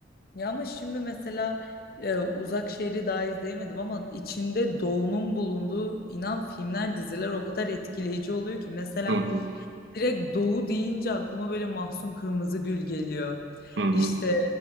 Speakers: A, on the left; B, on the right.
A: Ya ama şimdi mesela e, Uzak Şehri daha izleyemedim ama içinde Doğu'nun bulunduğu inan filmler, diziler o kadar etkileyici oluyor ki mesela
B: Hı hı,
A: direkt Doğu deyince aklıma böyle Mahsun Kırmızıgül geliyor.
B: hı hı,
A: İşte